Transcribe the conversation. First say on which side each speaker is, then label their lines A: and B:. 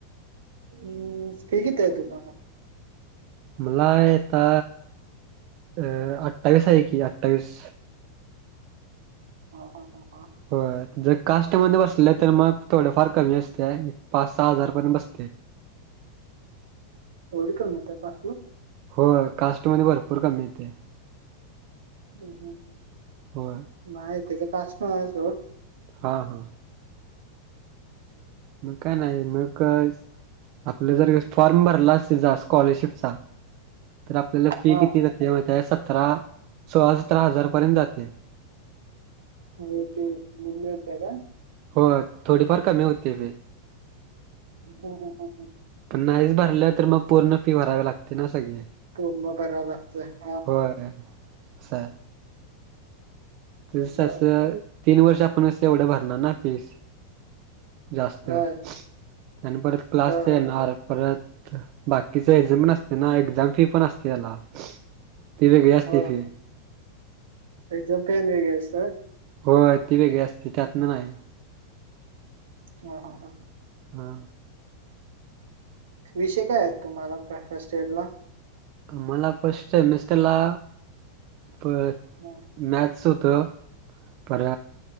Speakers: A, on the right; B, on the right.
A: उम् फी किती हाय तुम्हाला?
B: मला आहे आता अ अठ्ठावीस हाय की, अठ्ठावीस.
A: हा हा हा हा.
B: होय जर कास्टमध्ये बसले तर, मग थोडंफार कमी असतय, एक पाच सहा हजार पर्यंत बसतय.
A: एवढी कमी होतीया कास्टला
B: होय कास्टमध्ये भरपूर कमी येते.
A: हम्म हम्म!
B: होय!
A: बाय त्याच कास्ट आहे सोड.
B: हां हां! मग काय नाही मग आपलं जर फॉर्म भरलास तिज स्कॉलरशिपचा तर आपल्याला फी
A: हा
B: किती किती माहितय सतरा सोळा सतरा हजार पर्यंत जाते.
A: हम्म हम्म मग मिळतीया का?
B: होय थोडीफार कमी होतिया की.
A: हम्म हम्म!
B: पण नाहीच भरल्या तर मग पूर्ण फी भरावी लागती ना सगळी.
A: पूर्ण भरावर लागतंय.
B: होय असंय. तेज सस
A: बर
B: तीन वर्ष आपण अस एवढं भरणार ना फीस जास्त आणि
A: होय
B: परत क्लासच
A: होय होय
B: येणार परत बाकीच एक्झाम पण असते ना एक्झाम फी पण असते याला. ती वेगळी असती
A: हो
B: फी.
A: एक्झाम फी आणि वेगळी असतंय?
B: होय ती वेगळी असती त्यातन नाय.
A: ह हा हा!
B: हा!
A: विषय काय आहेत तुम्हाला फर्स्ट इयर ला?
B: मला फस्ट सेमिस्टरला प
A: मग
B: मॅथ्स होत पर